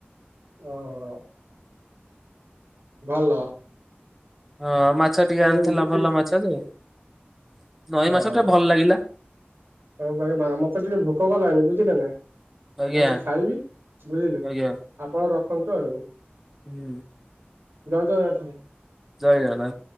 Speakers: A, on the right (about 65°); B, in the centre.
A: ଓହୋ ଭଲ।
B: ହଁ ମାଛ ଟିକେ
A: ମୁଁ
B: ଆଣିଥିଲା
A: ମୁଁ ଠିକ
B: ଭଲ ମାଛ ଯେ ନଈ
A: ହଁ।
B: ମାଛ ଟିକେ ଭଲ ଲାଗିଲା।
A: ହଉ ଭାଇ ଭା ମତେ ଟିକେ ଭୋକ କଲାଣି ବୁଝିଲେ ନା।
B: ଆଜ୍ଞା
A: ମୁଁ ଆଜି ଖାଇବି ବୁଝିଲେ
B: ଆଜ୍ଞା
A: ଆପଣ ରଖନ୍ତୁ ଆଉ।
B: ହୁଁ।
A: ଜୟ ଜଗନା
B: ଜୟ ଜଗନ୍ନାଥ।